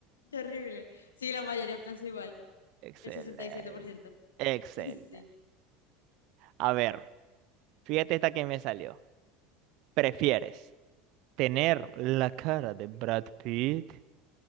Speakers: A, on the left; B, on the right.
A: terrible. Sí, la mayoría pensó igual,
B: Excelente.
A: el sesenta y siete por ciento
B: Excelente.
A: <laughs> Sí,
B: A ver, fíjate esta que me salió. ¿Prefieres tener la cara de Brad Pitt